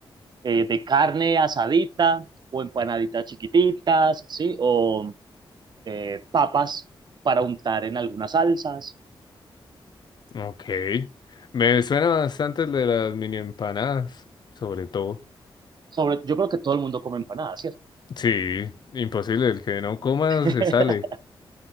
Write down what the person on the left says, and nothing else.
ok. Me suena bastante el de las mini empanadas, sobre todo.
Sí, imposible. El que no coma
se sale.